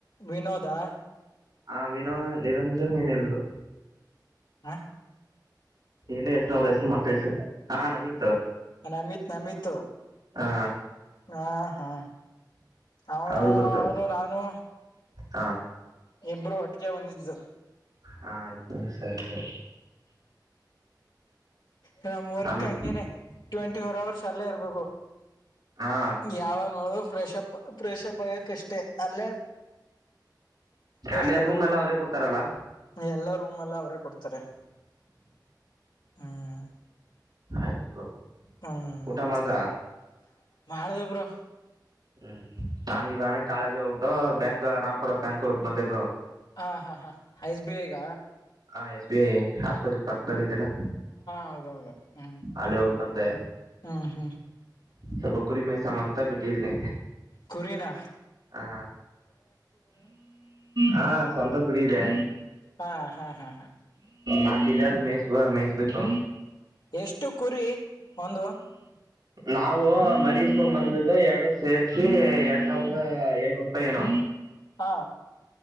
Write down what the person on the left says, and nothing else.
ವಿನೋದಾ
ಹ
ನಮತ್ ನಮಿತ
ಹಾ ಹಾ ಅವನು
ಅವನು ನಾನು
ಇಬ್ರು ಒಟ್ಟಿಗೆ ಹೊಂದಿದ್ದು
ಹ್ಮ್ ರ್ಕ
ಎಂಗನ ಟ್ವೆಂಟಿ ಫೋರ್ ಅವರ್ಸ್ ಅಲ್ಲೇ ಇರಬೇಕು
ಯಾವಾಗ ನೋಡ ಫ್ರಷಪ್ ಫ್ರಷಪ್ ಆಗಕ್ಷ್ಟೇ ಅಲ್ಲೇ ರೇಷ್ಟ್
ತಗೋಬೇಕು
ಎಲ್ಲೂ ಲ್ಲ ಅವರೇ ಕೊಡ್ತಾರೆ ಹ್ಮ್
ಹ್ಮ್
ಸರಿ ಮಹಳದೇವರು
ಹಾ ಹಾ ಹಾ ಐಸ್ಬ ಈಗ
ಹೌದೌದು ಹ್ಮ್
ಹ್ಮ್ ಹ್ಮ್
ಕೊರಿನಾ
ಹಾ ಹಾ ಹಾ ಹಾ
ಎಷ್ಟು ಕುರಿ ಒಂದು
ಹಾ